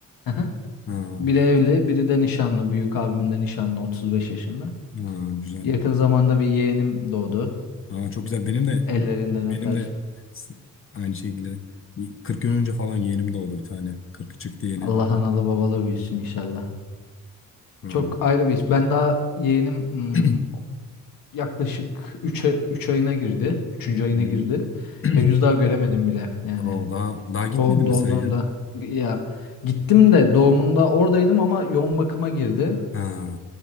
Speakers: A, on the left (about 75°); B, on the left (about 40°).
A: Aha.
B: Ha,
A: Biri evli, biri de nişanlı. Büyük abim de nişanlı 35 yaşında.
B: ha, güzel.
A: Yakın zamanda bir yeğenim doğdu.
B: Aa, çok güzel. Benim de
A: Ellerinden
B: benim
A: öper.
B: de s- aynı şekilde 40 gün önce falan yeğenim doğdu bir tane. 40 çıktı yeni.
A: Allah analı babalı büyüsün inşallah.
B: Doğru. Yani-
A: Çok ayrı bir iş. Ben daha yeğenim hmm,
B: <clears throat>
A: yaklaşık üç üç ayına girdi. üçüncü
B: Hmm.
A: ayına girdi.
B: <clears throat>
A: Henüz daha göremedim bile yani.
B: Oo, daha daha gitmedin
A: Doğ, doğduğunda
B: mi sen ya?
A: ya gittim de doğumunda oradaydım ama yoğun bakıma girdi.
B: Ha,